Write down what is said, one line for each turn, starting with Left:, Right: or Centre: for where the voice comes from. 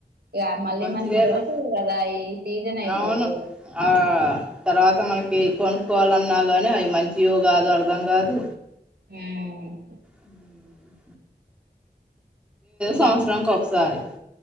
Right: ఇక మళ్ళీ
Centre: మంచిదేలే
Right: మనకి దొరకవు కదా ఈ సీజన్ అయిపోతే
Centre: అవును ఆ తర్వాత మనకి కొనుక్కోవాలన్నా కానీ అవి మంచివొ కాదో అర్ధం కాదు
Right: మ్మ్ ఆ
Centre: అవునున్నా
Right: ఆ ఇగా
Centre: సంవత్సరానికి ఒకసారి